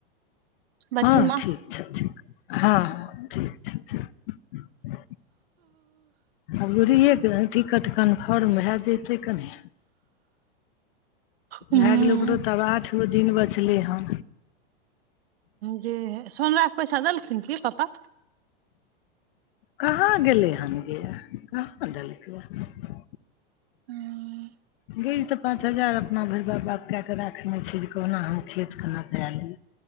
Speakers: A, on the right; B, on the left.
A: बड़की
B: हाँ
A: माँ
B: ठीक छथीन हाँ ठीक छथीन अंगूरी टिकट कन्फर्म भए जतै कनि
A: हूँ
B: भए गेलै ओकरो तब आठ गो दिन बचलै हँ
A: जे सोनरा के पैसा देलखिन की पप्पा
B: कहाँ गेलै हेन गे कहाँ देलकै ह
A: हँ
B: बुझिहे तऽ पाँच हजार अपना भरि बापकऽ कऽ राखने छै, जे कहुना हम खेतके नपा ली